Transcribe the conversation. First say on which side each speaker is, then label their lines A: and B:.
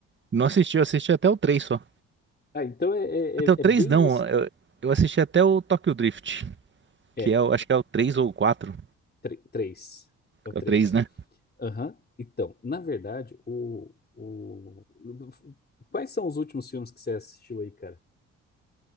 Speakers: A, on the right; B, on the left.
A: Não assisti, eu assisti até o 3 só.
B: Ah, então é, é,
A: Até
B: é-
A: o
B: é
A: 3
B: bem
A: não.
B: isso.
A: Eu, eu assisti até o Tokyo Drift,
B: É,
A: que é, o- acho que é o três ou o 4.
B: tre- três, É o 3.
A: É o três né?
B: Aham. Então, na verdade, o, o... Quais são os últimos filmes que você assistiu aí, cara?